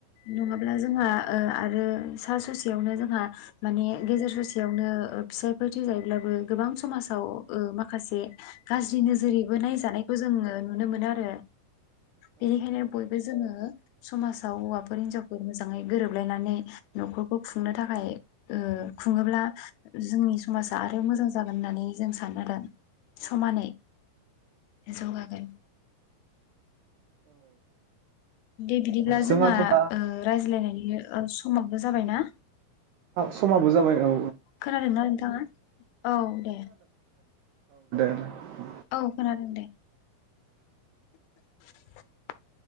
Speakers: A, on the left; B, on the right.
A: नङाब्ला जोंहा ओ आरो सा ससे बेवनो जोंहा माने गेजेर ससे यावनो फिसाय थैजायो ब्लाबो गोबां समाजाव ओ माखासे गाज्रि नोजोरैबो नायजानायखौ जोङो नुनो मोनो आरो बेनिखायनो बयबो जोङो समाजाव हौवाफोर हिनजाव मोजाङै गोरोबलायनानै न'खरखौ खुंनो थाखाय ओमफ्राय ओ खुङोब्ला जोंनि समाजा आरो मोजां जागोन होननानै जों सानो आदा समानै जौगागोन दे बिदिब्ला
B: जोंहाथ'
A: जोंहा
B: दा
A: ओ रायज्लायनायनि ओ। समावबो जाबायना।
B: समाबो जाबाय औ
A: खोनादोंना नोंथाङा? औ दे।
B: <inaudible>
A: औ खोनादों दे। <inaudible>